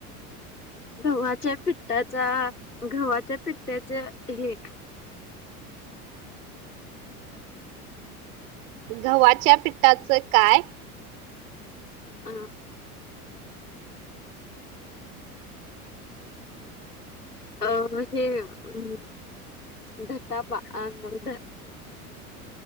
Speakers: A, on the left (about 90°); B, on the right (about 60°).
A: गव्हाच्या पिठठाचा ग्हाच्या पिठ्टाच हे.
B: गव्हाच्या पिठाचं काय?
A: हा. अं हे अम धटापा अं